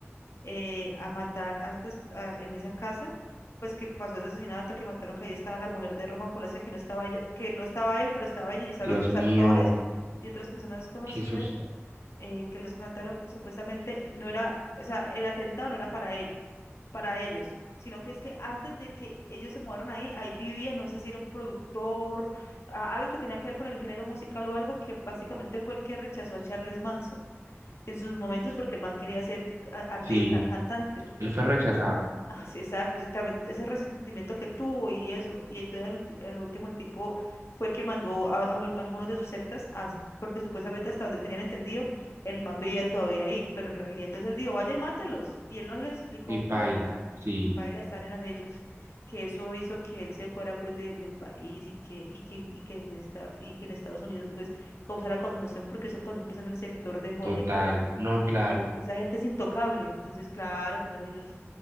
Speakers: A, on the left; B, on the right.
A: eh, a matar a estas, a- en esa casa, pues que pasó ese asesinato, que mataron, que ahí estaba la mujer de Roman Polanski, que no estaba ella, que no estaba él, pero estaba ella y estaban
B: Dios
A: otros
B: mío,
A: actores y otras personas desconocidas
B: qué susto.
A: eh, que los mataron, supuestamente no era, o sea, el atentado no era para él para ellos, sino que es que antes de que ellos se mudaron ahí, ahí vivía, no sé si era un productor, a- algo que tenía que ver con el género musical o algo que básicamente fue el que rechazó a Charles Manson en sus momentos porque el man quería ser a- artista,
B: Sí,
A: cantante.
B: él fue rechazado
A: Ah, sí, exacto, y también ese resentimiento que tuvo y eso, y entonces el, el último, el tipo fue que mandó a, a al- algunos de sus sectas, a- porque supuestamente hasta donde tenían entendido, el man vivía todavía ahí, pero en realidad entonces él dijo, vaya y mátelos, y él no se le explicó
B: y paila.
A: cómo,
B: Sí,
A: y paila estar eran ellos, que eso hizo que él se fuera pues de- del país y que, y que, y que en esta, y que en Estados Unidos pues causara conmoción, porque eso pasó pues en el sector de Hollywood,
B: total. No, claro.
A: que esa gente es intocable, entonces claro, todos ellos